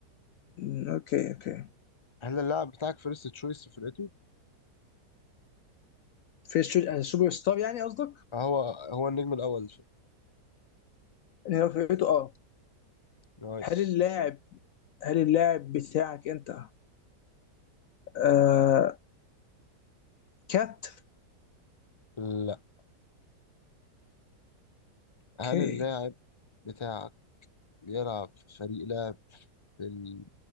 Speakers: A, on the left; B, on the left.
A: أمم، اوكي اوكي
B: هل اللاعب بتاعك فيرست تشويس في فرقته؟
A: في الشو- يعني السوبر ستار يعني قصدك
B: آه، هو هو النجم الأول في-
A: اللي هو فرقته اه
B: نايس
A: هل اللاعب هل اللاعب بتاعك انت آه كات
B: لا هل
A: اوكي
B: اللاعب بتاعك بيلعب في فريق لاعب في ال...